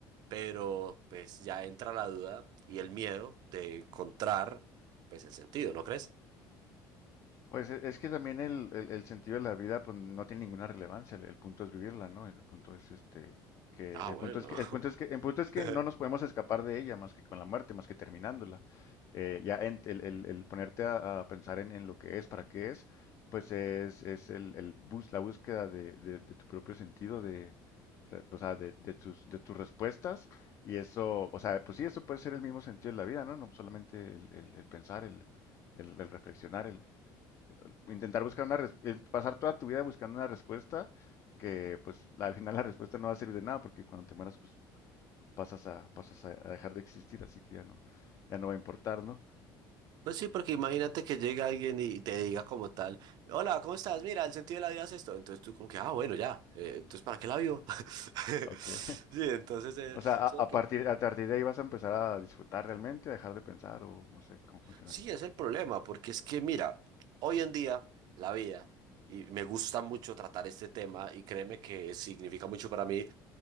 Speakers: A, on the right; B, on the left.
A: pero pues ya entra la duda y el miedo de encontrar pues el sentido, ¿no crees?
B: Pues e- es que también el, el- el sentido de la vida pues no tiene ninguna relevancia, el, el punto es vivirla, ¿no? El punto es este que
A: Ah,
B: el
A: bueno.
B: punto es que el punto es que el punto es que
A: <laughs>
B: no nos podemos escapar de ella más que con la muerte, más que terminándola. Eh, ya en- el, el- el ponerte a, a pensar en, en lo que es, para qué es, pues es, es el, el bus, la búsqueda de, de- de tu propio sentido de o sea, de, de tus de tus respuestas y eso, o sea, pues sí, eso puede ser el mismo sentido de la vida, ¿no? No solamente el, el- el pensar, el, el, el reflexionar, el, intentar buscar una, res- eh, pasar toda tu vida buscando una respuesta que pues la- al final la respuesta no va a servir de nada porque cuando te mueras pues pasas a, pasas a, a dejar de existir, así que ya no, ya no va a importar, ¿no?
A: Pues sí, porque imagínate que llega alguien y te diga como tal, hola, ¿cómo estás? Mira, el sentido de la vida es esto. Entonces tú como que, ah, bueno, ya, eh, entonces ¿para qué la vivo? <laughs>
B: Ok. <laughs>
A: Sí, entonces eh,
B: O
A: eso
B: sea, a,
A: es lo
B: a
A: que-
B: partir, a partir de ahí vas a empezar a disfrutar realmente, a dejar de pensar o no sé cómo funcionaría.
A: sí, es el problema, porque es que mira, hoy en día la vida, y me gusta mucho tratar este tema, y créeme que significa mucho para mí,